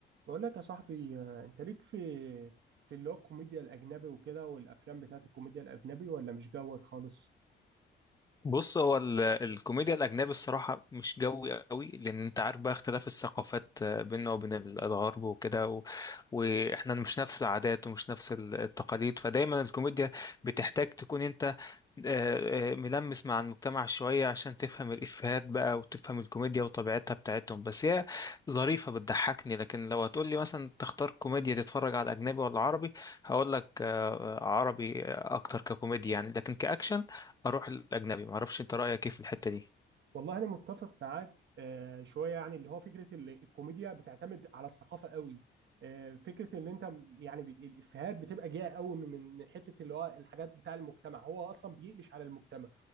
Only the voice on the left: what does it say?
بص هو ال- الكوميديا الأجنبي الصراحة مش جوي قوي لأن أنت عارف بقى اختلاف الثقافات آه، بيننا وبين ال- الغرب وكده و... وإحنا مش نفس العادات ومش نفس ال- التقاليد فدايما الكوميديا بتحتاج تكون أنت آه، آه، ملمس مع المجتمع شوية عشان تفهم الإفيهات بقى وتفهم الكوميديا وطبيعتها بتاعتهم بس هي ظريفة بتضحكني لكن لو هتقول لي مثلا تختار كوميديا تتفرج على أجنبي ولا عربي هقول لك آه، عربي أكتر ككوميديا يعني لكن كأكشن اروح الاجنبي ما اعرفش انت رايك ايه في الحته دي